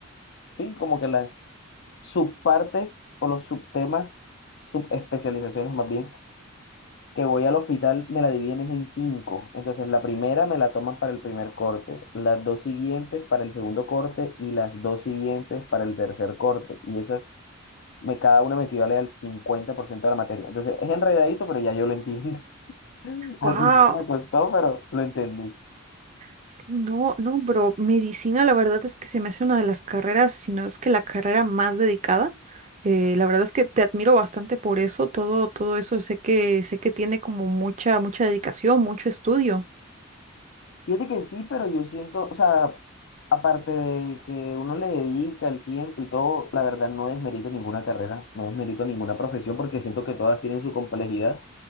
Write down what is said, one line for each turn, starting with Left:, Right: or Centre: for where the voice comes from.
Left: sí, como que las subpartes o los subtemas, subespecializaciones más bien, que voy al hospital me la dividen es en cinco. Entonces, la primera me la toman para el primer corte, las dos siguientes para el segundo corte y las dos siguientes para el tercer corte. Y esas, me, cada una me equivale al 50% de la materia. Entonces, es enredadito, pero ya yo lo entiendo. <laughs> Al
Right: Wow.
Left: principio me costó, pero lo entendí.
Right: Sí, no, no, bro. Medicina, la verdad es que se me hace una de las carreras, si no es que la carrera más dedicada. Eh, la verdad es que te admiro bastante por eso, todo, todo eso sé que, sé que tiene como mucha, mucha dedicación, mucho estudio.
Left: Fíjate que sí, pero yo siento, o sea, aparte de que uno le dedica el tiempo y todo, la verdad no desmerito ninguna carrera, no desmerito ninguna profesión porque siento que todas tienen su complejidad.